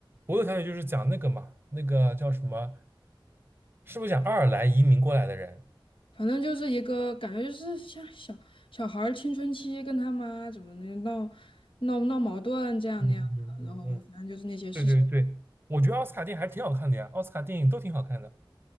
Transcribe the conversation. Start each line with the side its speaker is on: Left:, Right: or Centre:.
Right: 伯乐小姐就是讲那个嘛，那个叫什么？是不是讲爱尔兰移民过来的人？
Left: 反正就是一个感觉，就是像小小孩儿青春期跟他妈怎么的闹闹闹矛盾这样那样的，
Right: 嗯嗯嗯嗯，
Left: 然后反正就是那些事情。
Right: 对对对，我觉得奥斯卡电影还是挺好看的呀，奥斯卡电影都挺好看的，